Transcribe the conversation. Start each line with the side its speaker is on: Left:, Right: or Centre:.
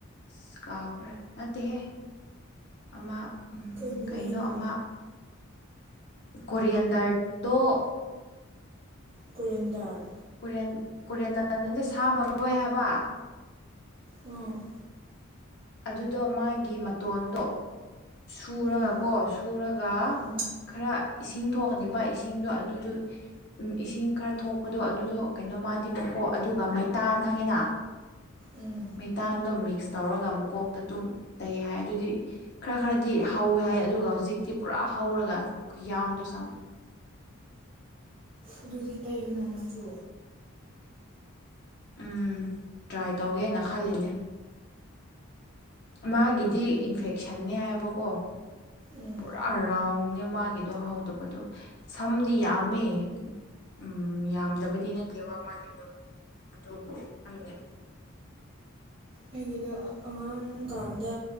Left: ꯑꯁ ꯀꯥꯎꯈ꯭ꯔꯦ ꯅꯠꯇꯦꯍꯦ ꯑꯃ
Right: ꯀꯩ ꯃꯔꯣꯏꯅꯣ
Left: ꯀꯩꯅꯣ ꯑꯃ꯫ ꯀꯣꯔꯤꯌꯟ ꯗꯥꯔꯠꯇꯣ꯫
Right: ꯀꯨꯔꯦꯟꯗꯥꯔ꯫
Left: ꯀꯣꯔꯦꯟ ꯀꯣꯔꯦꯟꯗꯗꯨꯗꯤ ꯁꯥꯃꯔꯣꯏ ꯍꯥꯏꯕ꯫
Right: ꯎꯝ꯫
Left: ꯑꯗꯨꯗꯣ ꯃꯥꯒꯤ ꯃꯥꯟ꯫ ꯃꯇꯇꯣꯟꯗꯣ ꯁꯨꯔꯒ
Right: ꯎꯝ
Left: ꯀꯣ ꯁꯨꯔꯒ
Right: ꯎꯝ
Left: ꯈꯔ ꯏꯁꯤꯡ꯫ ꯊꯣꯛꯣꯛꯀꯅꯤꯕ ꯏꯁꯤꯡꯗꯣ ꯑꯗꯨꯗꯨ꯫ ꯎ ꯏꯁꯤꯡ ꯈꯔ ꯊꯣꯛꯄꯗꯣ ꯑꯗꯨꯗꯣ ꯀꯩꯅꯣꯃꯗꯤ ꯃꯀꯣꯛ ꯑꯗꯨꯒ ꯃꯩꯇꯥꯅ ꯈꯪꯉꯤꯅ꯫
Right: ꯎꯝ
Left: ꯃꯩꯇꯜꯗꯣ ꯃꯤꯛꯁ ꯇꯧꯔꯒ ꯑꯃꯨꯛꯀꯣꯛꯇ ꯑꯗꯨꯝ ꯇꯩ ꯍꯥꯏ ꯑꯗꯨꯗꯤ꯫ ꯈꯔ ꯈꯔꯗꯤ ꯍꯧꯋꯦ ꯍꯥꯏ ꯑꯗꯨꯒ ꯍꯧꯖꯤꯛꯇꯤ ꯄꯨꯔꯥ ꯍꯧꯔꯒ ꯈꯨ ꯌꯥꯝꯗ ꯁ꯫
Right: ꯑꯗꯨꯗꯤ ꯇꯩꯌꯨꯅ ꯅꯪꯁꯨ꯫
Left: ꯎꯝ ꯇ꯭ꯔꯥꯏ ꯇꯧꯒꯦꯅ ꯈꯜꯂꯤꯅꯦ꯫ ꯃꯥꯒꯤꯗꯤ ꯏꯟꯐꯦꯛꯁꯟꯅꯦ ꯍꯥꯏꯕꯀꯣ꯫
Right: ꯎꯝ
Left: ꯄꯨꯔꯥ ꯔꯥꯎꯟꯅꯦ ꯃꯥꯒꯤꯗꯣ ꯍꯧꯗꯕꯗꯣ ꯁꯝꯗꯤ ꯌꯥꯝꯃꯦ꯫ ꯎꯝ ꯌꯥꯝꯗꯕꯗꯤ ꯅꯠꯇꯦꯕ ꯃꯥꯒꯤꯗꯣ ꯑꯗꯨꯕꯨ ꯈꯪꯗꯦ꯫
Right: ꯑꯩꯒꯤꯗꯣ ꯑꯉꯥꯡ ꯀꯥꯟꯗ